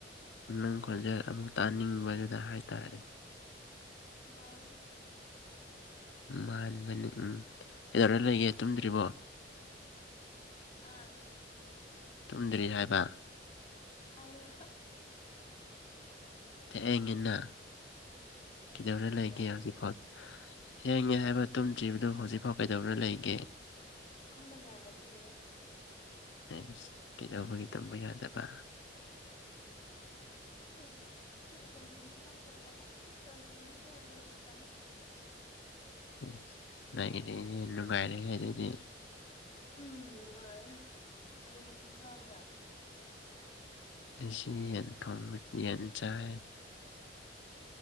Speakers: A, on the left; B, on the left.
A: ꯅꯪ ꯈꯣꯟꯖꯦꯜ ꯑꯃꯨꯛ ꯇꯥꯅꯤꯡꯕꯗꯨꯗ ꯍꯥꯏꯇꯥꯔꯦ
B: ꯃꯥꯜ
A: ꯃꯥꯟꯕꯅꯤ ꯎꯝ ꯀꯩꯗꯧꯔꯒ ꯂꯩꯒꯦ ꯇꯨꯝꯗ꯭ꯔꯤꯕꯣ
B: ꯑꯥ
A: ꯇꯨꯝꯗ꯭ꯔꯤ ꯍꯥꯏꯕ
B: ꯃꯥꯜꯂꯦ
A: ꯊꯦꯡꯉꯤꯅ ꯀꯩꯗꯧꯔ
B: ꯀꯔꯤ
A: ꯂꯩꯒꯦ ꯍꯧꯖꯤꯛꯐꯥꯎ ꯊꯦꯡꯉꯦ ꯍꯥꯏꯕ ꯇꯨꯝꯗ꯭ꯔꯤꯕꯗꯨ ꯍꯧꯖꯤꯛꯐꯥꯎ ꯀꯩꯗꯧꯔ ꯂꯩꯒꯦ
B: ꯇꯨꯝꯕ ꯌꯥꯗꯕꯒꯤꯅꯦ
A: ꯑꯩꯁ ꯀꯩꯗꯧꯕꯒꯤ ꯇꯨꯝꯕ ꯌꯥꯗꯕ
B: ꯑꯦ ꯇꯨꯝꯕꯒꯤ ꯃꯇꯝ ꯍꯦꯟꯕ ꯍꯥꯏꯕꯆꯥꯠꯂ ꯉꯥꯁꯥꯏꯗꯒꯤ ꯀꯩ ꯀꯩꯅꯣ ꯃꯥ ꯂꯣꯏꯁꯤꯜꯂꯝꯃꯒ
A: ꯎꯝ ꯅꯒꯤꯗꯤ ꯅꯨꯡꯉꯥꯏꯔꯦꯍꯦ ꯑꯗꯨꯗꯤ
B: ꯎꯝ ꯅꯨꯡꯉꯥꯏꯔꯦ ꯀꯔꯤ ꯃꯊꯦꯟ ꯆꯥꯒꯦ
A: ꯉꯁꯤ ꯌꯦꯟꯊꯣꯡ ꯌꯦꯟ ꯆꯥꯏ